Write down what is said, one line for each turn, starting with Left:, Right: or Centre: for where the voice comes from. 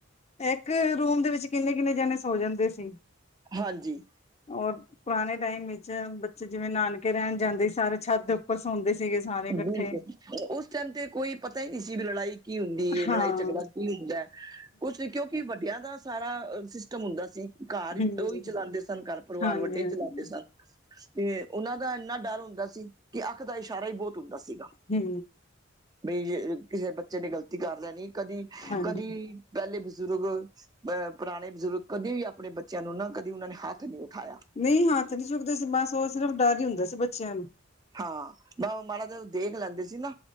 Left: ਇਕ ਰੂਮ ਦੇ ਵਿੱਚ ਕਿੰਨੇ-ਕਿੰਨੇ ਜਾਨੇ ਸੋ ਜਾਂਦੇ ਸੀ।
Right: ਹਾਂਜੀ।
Left: ਔਰ ਪੁਰਾਨੇ ਟਾਈਮ ਵਿੱਚ ਬੱਚੇ ਜਿਵੇਂ ਨਾਨਕੇ ਰੈਨ ਜਾਂਦੇ ਸੀ, ਸਾਰੇ ਛੱਤ ਦੇ ਉਪ ਉਪਰ ਸੋਂਦੇ ਸੀਗੇ ਸਾਰੇ ਇਕੱਠੇ।
Right: ਬਿਲਕੁਲ ਉਸ ਟਾਈਮ ਤੇ ਕੋਈ ਪਤਾ ਈ ਨੀ ਸੀ ਲੜਾਈ ਕੀ ਹੁੰਦੀ
Left: ਹਾਂ
Right: ਏ, ਲੜਾਈ-ਝਗੜਾ
Left: ਹੂੰ
Right: ਕੀ ਹੁੰਦੈ? ਕੁਝ ਕਿਉਂਕਿ ਵੱਡਿਆਂ ਦਾ ਸਾਰਾ ਸਿਸਟਮ ਹੁੰਦਾ ਸੀ। ਘਰ
Left: ਹੂੰ
Right: ਓਈ ਚਲਾਉਂਦੇ ਸਨ, ਘਰ ਪਰਿਵਾਰ
Left: ਹਾਂਜੀ
Right: ਵੱਡੇ ਈ
Left: ਹਾਂਜੀ
Right: ਚਲਾਂਦੇ ਸਨ। ਤੇ ਓਨਾਂ ਦਾ ਏਨਾ ਡਰ ਹੁੰਦਾ ਸੀ ਕਿ ਅੱਖ ਦਾ ਇਸ਼ਾਰਾ ਹੀ ਬੋਤ ਹੁੰਦਾ ਸੀਗਾ।
Left: ਹੂੰ।
Right: ਬਈ ਜੇ ਕਿਸੇ ਬੱਚੇ ਨੇ ਗ਼ਲਤੀ ਕਰ ਲੈਨੀ ਕਦੀ,
Left: ਹਾਂਜੀ
Right: ਕਦੀ ਪੈਲੇ ਬਜ਼ੁਰਗ ਅਹ ਪੁਰਾਨੇ ਬਜ਼ੁਰਗ ਕਦੇ ਵੀ ਆਪਨੇ ਬਚਿਆਂ ਨੂੰ ਨਾ ਕਦੀ ਉਨਾਂ ਨੇ ਹੱਥ ਨੀ ਉਠਾਇਆ।
Left: ਨਈ ਹੱਥ ਨੀ ਚੁਕਦੇ ਸੀ, ਬਸ ਓ ਸਿਰਫ ਡੱਰ ਈ ਹੁੰਦਾ ਸੀ ਬਚਿਆਂ ਨੂੰ
Right: ਹਾਂ, ਬਸ ਉਹ ਮਾੜਾ ਜਾਹਾ ਦੇਖ ਲੈਂਦੇ ਸੀ ਨਾ